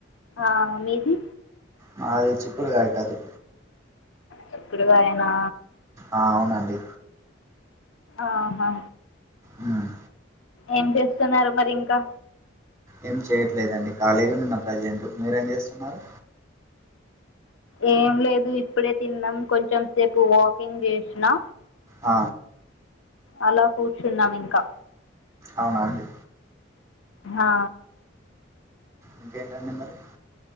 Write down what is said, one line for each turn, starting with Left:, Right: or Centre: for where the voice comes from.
Left: ఆ మీది
Right: మాది చిక్కుడు కాయ కర్రీ
Left: చిక్కడుగాయనా
Right: ఆ అవునండి
Left: ఆహా.
Right: మ్మ్
Left: ఏం చేస్తున్నారు మరి ఇంకా
Right: ఏం చేయట్లేదండి ఖాళీగా నిన్న ప్రజెంట్ మీరేం జేస్తున్నారు
Left: ఏం లేదు ఇప్పుడే తిన్నాం కొంచెం సేపు వాకింగ్ చేసినా
Right: ఆ
Left: అలా కూర్చున్నాం ఇంకా
Right: అవునా అండి
Left: ఆ
Right: ఇంకేంటండి మరి